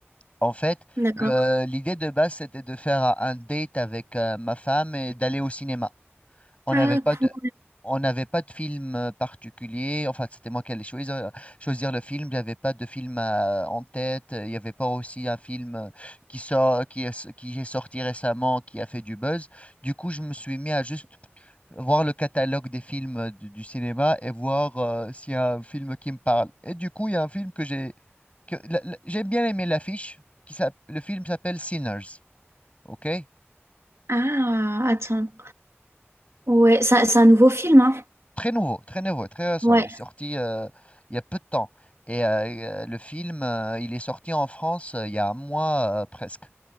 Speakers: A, on the left; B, on the right.
A: En fait,
B: d'accord.
A: euh, l'idée de base c'était de faire un date avec euh, ma femme et d'aller au cinéma. On
B: Ah,
A: n'avait pas
B: cool.
A: de, on n'avait pas de film euh, particulier. Enfin, c'était moi qui allais choisir, choisir le film. J'avais pas de film euh, en tête. Il n'y avait pas aussi un film euh, qui sort, qui est, qui est sorti récemment, qui a fait du buzz. Du coup, je me suis mis à juste voir le catalogue des films euh, du, du cinéma et voir euh, s'il y a un film qui me parle. Et du coup, il y a un film que j'ai que la- la- j'ai bien aimé l'affiche qui s'app- le film s'appelle Sinners, OK?
B: Ah, attends. Ouais, ça- c'est un nouveau film, hein?
A: Très nouveau, très nouveau, très récent.
B: Ouais.
A: Il est sorti euh, il y a peu de temps. Et euh, euh, le film, euh, il est sorti en France euh, il y a un mois euh, presque.